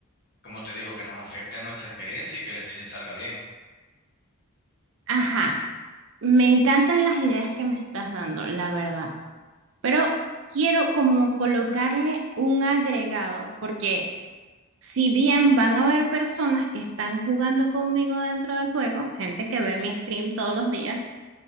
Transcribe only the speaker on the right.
Ajá. Me encantan las ideas que me estás dando, la verdad, pero quiero como colocarle un agregado, porque si bien van a haber personas que están jugando conmigo dentro del juego, gente que ve mi stream todos los días,